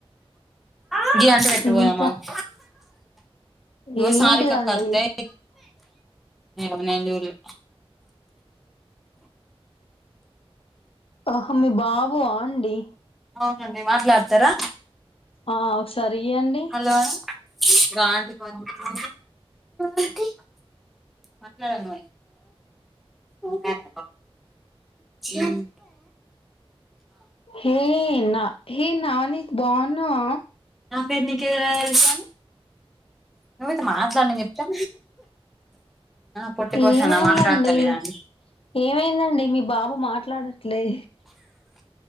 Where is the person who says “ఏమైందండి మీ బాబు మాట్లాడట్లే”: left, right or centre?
Left